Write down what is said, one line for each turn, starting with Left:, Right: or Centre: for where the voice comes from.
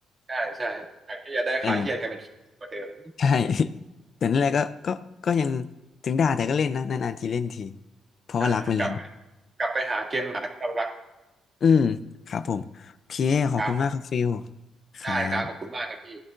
Right: ใช่ใช่จากที่จะได้ขายเครียดกลายเป็นเครียดกว่าเดิม
Left: เออใช่ <laughs> แต่นั่นแหละก็ก็ก็ยังถึงด่าแต่ก็เล่นนะนานๆทีเล่นทีเพราะว่ารักไปเล้ยง
Right: อ่ากลับกลับไปหาเกมหมาที่เรารัก
Left: อืมครับผมโอเคขอบคุณมากครับฟิล
Right: ครับผม
Left: ครับ
Right: ได้ครับขอบคุณมากครับพี่